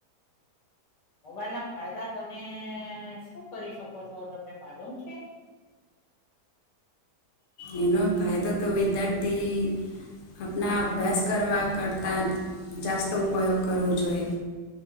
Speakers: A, on the left (about 80°); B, on the left (about 60°).
A: મોબાઈલ ના ફાયદા તમે શું કરી શકો છો, તમને માલુમ છે?
B: એનો ફાયદો તો વિદ્યાર્થી આપણા અભ્યાસ કરવા કરતાં જાસ્તો ઉપયોગ કરવો જોઈએ.